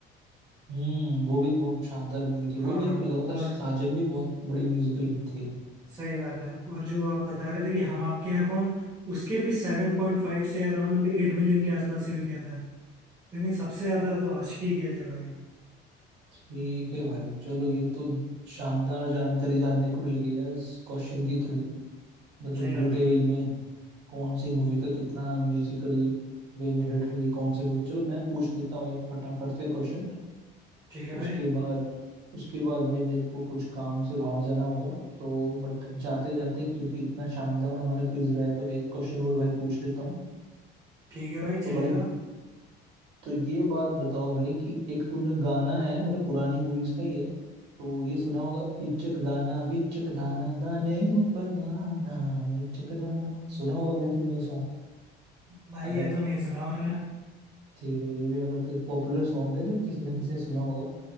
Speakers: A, on the right (about 60°); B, on the right (about 20°).
A: हम्म वो भी बहुत शानदार मूवी थी
B: हाँ
A: वही मेरे को लग रहा था
B: और
A: साजन भी बहुत बड़ी म्यूजिकल हिट थी
B: सही बात है और जो आप बता रहे थे कि हम आपके यहाँ कौन उसके भी सेवन पॉइंट फाइव से अराउंड एट मिलियन के आसपास ही बिके थे लेकिन सबसे ज्यादा
A: ओ
B: तो आशिकी के थे भाई
A: ठीक है भाई चलो ये तो शानदार जानकारी जानने को मिल गई यार इस क्वेश्चन के थ्रू मतलब
B: सही बात
A: डिटेल
B: है भाई
A: में कौन सी मूवी का कितना म्यूजिकल वे में हिट रही कौन सी मूवी चलो मैं पूछ लेता हूँ एक फटाफट से क्वेश्चन
B: ठीक है भाई
A: उसके बाद उसके बाद भाई मेरे को कुछ काम से बाहर जाना होगा तो बट जाते जाते क्योंकि इतना शानदार हमारा क्विज रहा है तो मैं एक क्वेश्चन और भाई पूछ लेता हूँ
B: ठीक है भाई
A: तो
B: चलेगा
A: भाई तो ये बात बताओ भाई कि एक तुमने गाना है मतलब पुरानी मूवीज का ही है तो ये सुना होगा इचक दाना बिचक दाना दाने ऊपर दाना इचक दाना सुना होगा भाई तुमने ये सॉन्ग
B: भाई
A: अगर
B: ये तो नहीं सुना मैंने
A: ठीक है ये भी मतलब एक पॉपुलर सॉन्ग है जो किसी ना किसी ने सुना होगा